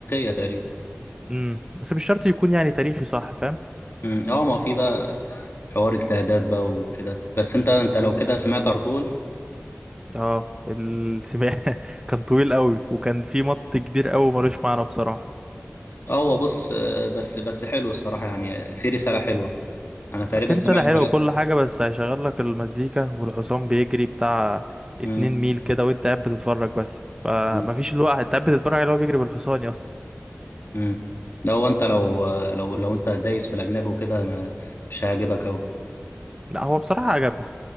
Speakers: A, on the left; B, on the right.
A: تقريبا
B: امم بس مش شرط يكون يعني تاريخي صح فاهم
A: مم. اه ما هو في بقى حوار اجتهادات بقى وكده بس انت انت لو كده سمعت ارطغرل
B: اه السباق <laughs> كان طويل قوي وكان في مط كبير قوي ملوش معنى بصراحة
A: اه هو بص آه، بس بس حلو الصراحه يعني في رساله حلوه انا تقريبا
B: في رسالة
A: سمعت
B: حلوة
A: حاجات
B: وكل حاجة بس هيشغل لك المزيكا والحصان بيجري بتاع اتنين
A: مم.
B: ميل كده وانت قاعد بتتفرج بس فمفيش
A: مم.
B: الوقت انت قاعد بتتفرج عليه وهو بيجري بالحصان يس
A: مم. ده هو انت لو آه، لو لو انت دايس في الاجنبي وكده ما- مش هيعجبك قوي
B: لا هو بصراحة عجبني